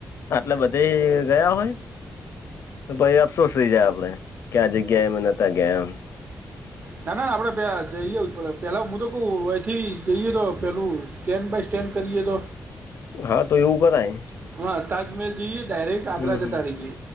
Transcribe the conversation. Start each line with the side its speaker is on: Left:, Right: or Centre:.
Left: આટલે બધયે રહ્યા હોય? પહી અફસોસ થઈ જાય આપડે કે, આ જગ્યાએ અમે નહતા ગયા એમ.
Right: ના ના આપડે ત્યાં જઈજ આવું પડે. પેલા હું તો કહું, અથી જઈએ તો પેલું સ્ટેન્ડ બાય સ્ટેન્ડ કરીએ તો?
Left: હા તો, એવું કરાય.
Right: હા તાજમહેલ જઈએ, ડાયરેક્ટ આગ્રા
Left: હમ
Right: જતા
Left: હમ
Right: રહીએ.